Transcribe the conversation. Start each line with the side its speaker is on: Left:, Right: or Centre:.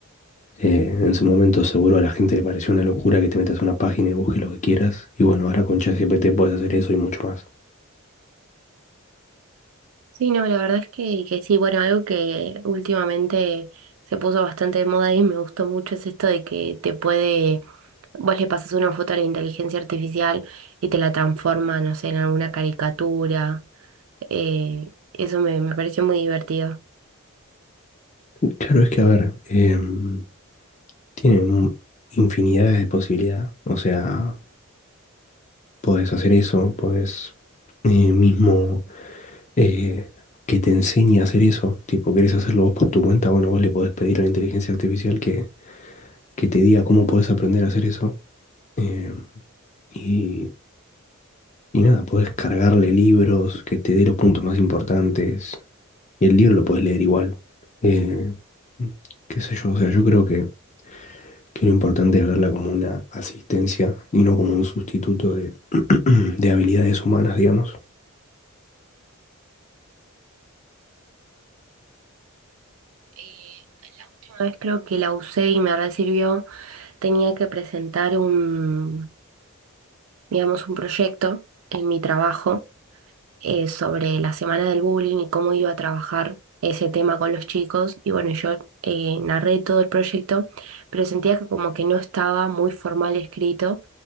Left: eh, en su momento seguro a la gente le pareció una locura que te metas a una página y busques lo que quieras. Y bueno, ahora con ChatGPT puedes hacer eso y mucho más.
Right: Sí, no, la verdad es que, que sí, bueno, algo que últimamente se puso bastante de moda y me gustó mucho es esto de que te puede, vos le pasas una foto a la inteligencia artificial y te la transforma, no sé, en alguna caricatura. Eh, eso me, me pareció muy divertido.
Left: Claro, es que a ver, em, tiene mu- infinidades de posibilidades. O sea, podés hacer eso, podés eh, mismo eh, que te enseñe a hacer eso. Tipo, querés hacerlo vos por tu cuenta, bueno, vos le podés pedir a la inteligencia artificial que, que te diga cómo podés aprender a hacer eso. eh, y, y nada, podés cargarle libros, que te dé los puntos más importantes. Y el libro lo podés leer igual. Eh, qué sé yo, o sea, yo creo que, que lo importante es verla como una asistencia y no como un sustituto de, <clears throat> de habilidades humanas, digamos.
Right: Y Una vez creo que la usé y me sirvió tenía que presentar un digamos, un proyecto en mi trabajo eh, sobre la semana del bullying y cómo iba a trabajar ese tema con los chicos. Y bueno, yo eh, narré todo el proyecto, pero sentía que como que no estaba muy formal escrito